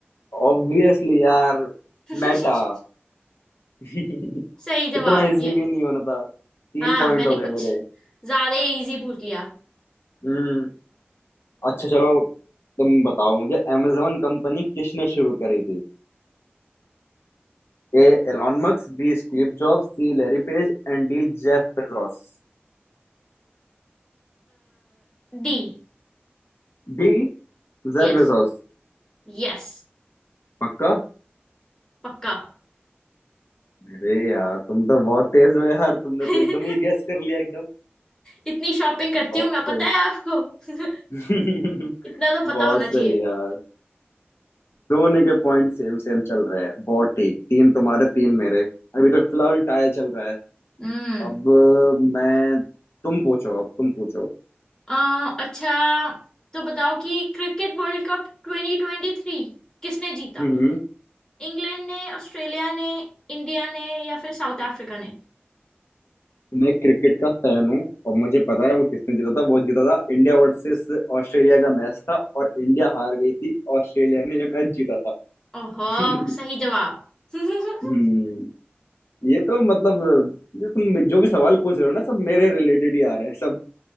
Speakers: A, on the left (about 75°); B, on the left (about 15°).
A: ऑब्वियसली यार
B: <laughs>
A: मेटा <laughs>
B: सही जवाब
A: इतना इजी
B: ये
A: भी नहीं होना था तीन
B: हाँ
A: पॉइंट
B: मैंने
A: हो गए
B: कुछ
A: मेरे
B: ज्यादा इजी पूछ लिया
A: हम्म अच्छा चलो तुम बताओ मुझे amazon कंपनी किसने शुरू करी थी A Elon Musk B Steve Jobs C Larry Page and D Jeff Bezos
B: डी
A: D Jeff
B: यस
A: Bezos
B: यस
A: पक्का
B: पक्का
A: अरे यार तुम तो बहुत तेज हो यार तुमने
B: <laughs>
A: तो एकदम ही गेस कर लिया एकदम
B: इतनी शॉपिंग करती
A: <laughs> बहुत
B: हूँ मैं
A: सही
B: पता है आपको <laughs>
A: <laughs>
B: इतना तो पता
A: बहुत
B: होना
A: सही
B: चाहिए
A: यार दोनों के पॉइंट सेम सेम चल रहे हैं बहुत ठीक तीन तुम्हारे तीन मेरे अभी तक फिलहाल टाई चल रहा है
B: हम्म
A: अब अ, मैं तुम पूछो अब तुम पूछो
B: अ, अच्छा तो बताओ कि क्रिकेट वर्ल्ड कप 2023 किसने जीता
A: हम्म
B: इंग्लैंड ने ऑस्ट्रेलिया ने इंडिया ने या फिर साउथ अफ्रीका ने
A: मैं क्रिकेट का फैन हूँ और मुझे पता है वो किसने जीता था वो जीता था इंडिया वर्सेस ऑस्ट्रेलिया का मैच था और इंडिया हार गई थी ऑस्ट्रेलिया ने ये मैच जीता था
B: ओहो
A: <laughs>
B: सही जवाब <laughs>
A: हम्म ये तो मतलब ये तुम जो भी सवाल पूछ रहे हो ना सब मेरे रिलेटेड ही आ रहे हैं सब